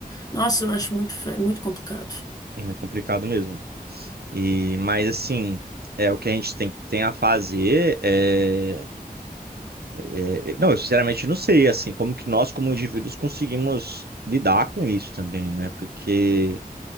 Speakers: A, on the left; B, on the right.
A: Nossa, eu acho muito, fe- muito complicado.
B: é complicado mesmo. E, mas assim, é o que a gente tem, tem a fazer é, é- Não, eu sinceramente não sei, assim, como que nós, como indivíduos, conseguimos lidar com isso também, né? Porque